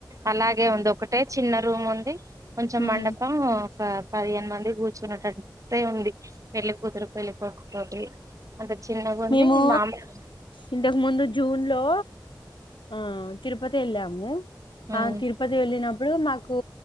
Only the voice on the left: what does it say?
ఉమ్
మేము
ఇంతకు ముందు జూన్ లో ఆ తిరుపతి ఎళ్ళాము.
ఆ తిరుపతి వెళ్ళినప్ ప్పుడు మాకు